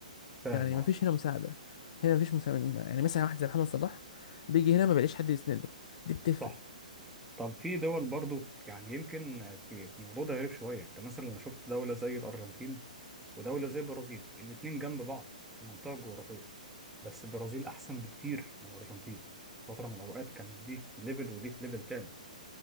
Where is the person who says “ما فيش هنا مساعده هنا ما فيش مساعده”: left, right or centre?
Left